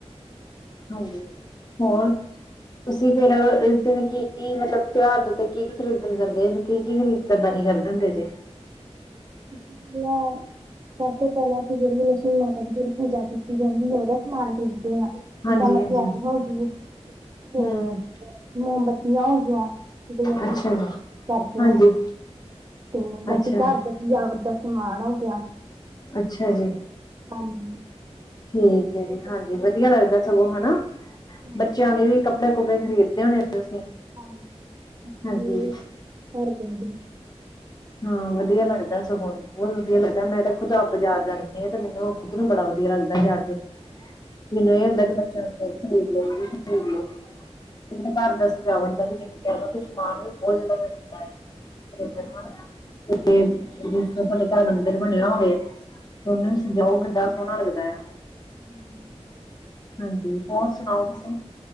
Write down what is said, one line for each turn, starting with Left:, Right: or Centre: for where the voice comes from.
Left: ਹਾਂਜੀ ਹੋਰ ਤੁਸੀਂ ਫਿਰ ਦਿਨ ਕੀ ਕੀ ਮਤਲਬ ਤਿਉਹਾਰ ਦੇ ਉੱਤੇ ਕੀ ਕੀ ਖਰੀਦਣ ਜਾਂਦੇ ਕੀ ਕੀ ਖਰੀਦਦਾਰੀ ਕਰਦੇ ਹੁੰਦੇ ਜੇ
Right: ਪਹਿਲਾਂ ਸਭ ਤੋਂ ਪਹਿਲਾਂ ਅਸੀਂ ਜਿਹੜੀ ਲਛਮੀ ਮਾਤਾ ਦੀ ਜਿਹੜੀ ਪੂਜਾ ਕੀਤੀ ਕਹਿੰਦੀ ਉਹਦਾ ਸਮਾਨ ਖਰੀਦੇ ਆਾਂ
Left: ਹਾਂਜੀ
Right: ਜਿੱਦਾਂ ਮਠਿਆਈ
Left: ਹਾਂਜੀ
Right: ਹੋ ਗਈ ਤੇ
Left: ਹੂੰ
Right: ਮੋਮਬੱਤੀਆਂ ਹੋਈਆਂ ਜਿਸੀਂ
Left: ਅੱਛਾ ਜੀ
Right: ਕਰਦੇ
Left: ਹਾਂਜੀ
Right: ਹਾਂ ਤੇ ਬਾਕੀ
Left: ਅੱਛਾ
Right: ਘਰ ਦ ਸਜਾਵਟ ਦਾ ਸਮਾਨ ਹੋ ਗਿਆ
Left: ਅੱਛਾ ਜੀ
Right: ਹਾਂਜੀ
Left: ਠੀਕ ਹੈ ਜੀ
Right: ਇਹ ਕੁਛ
Left: ਹਾਂਜੀ
Right: ਖਰੀਦਦੇ
Left: ਵਧੀਆ ਲੱਗਦਾ
Right: ਆ।
Left: ਸਗੋਂ ਹਨਾ
Right: ਹਾਂਜੀ
Left: ਬੱਚਿਆਂ ਦੇ ਵੀ ਕੱ ਕੱਪੜੇ ਕੁੱਪੜੇ ਖਰੀਦੇ ਹੋਣੇ ਤੁਸੀਂ
Right: ਹਾਂਜੀ ਆਪਣੇ
Left: ਹਾਂਜੀ
Right: ਘ ਦੇ
Left: ਹਾਂ ਵਧੀਆ ਲੱਗਦਾ ਸਗ ਨੂੰ ਬਹੁਤ ਵਧੀਆ ਲੱਗਦਾ ਮੈਂ ਤਾਂ ਖੁਦ ਆਪਜ਼ਾਰ ਜਾਂਦੇ ਆ ਤੇ ਮੈਨੂੰ ਖੁਦ ਨੂੰ ਬੜਾ ਵਧੀਆ ਲੱਗਦਾ ਜਾ ਕੇ ਮੈਨੂੰ ਇਹ ਹੁੰਦਾ ਕਿ ਬੱਚਾ ਖਰੀਦ ਲ ਖਰੀਦ ਘਰ ਦਾ ਸਜਾਵਣ ਦਾ ਵੀ ਜਿਵੇਂ ਕ ਕੁਛ ਸਮਾਨ ਵੀ ਬਹੁਤ ਜ਼ਿਆਦਾ ਮਿਲਦਾ ਆ ਖ਼ਰੀਦਣ ਨੂੰ ਹਨਾ ਤੇ ਜਿਸ ਤਰ੍ਹਾਂ ਸਾਡੇ ਘਰ ਮੰਦਿਰ ਬਣਿਆ ਹੋਵੇ ਤੁਨੂੰ ਵੀ ਸਜਾਓ ਗੱਡ ਸੋਹਣਾ ਲੱਗਦਾ ਆ
Right: ਹਮ
Left: ਹਾਂਜੀ ਹੋਰ ਸੁਣਾਓ ਤੁਸੀਂ